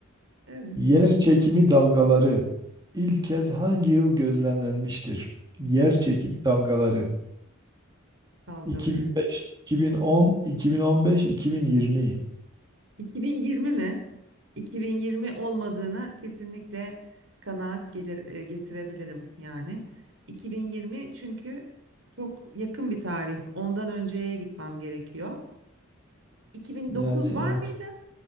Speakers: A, on the right; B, on the right.
A: Evet.
B: Yer çekimi dalgaları ilk kez hangi yıl gözlemlenmiştir? Yer
A: O
B: çekimi dalgaları
A: dalgaları.
B: 2005, 2010, 2015, 2020.
A: 2020 mi? 2020 olmadığına kesinlikle kanaat gelir, e, getirebilirim yani. 2020 çünkü çok yakın bir tarih. Ondan önceye gitmem gerekiyor. 2009
B: Yani
A: var
B: evet.
A: mıydı?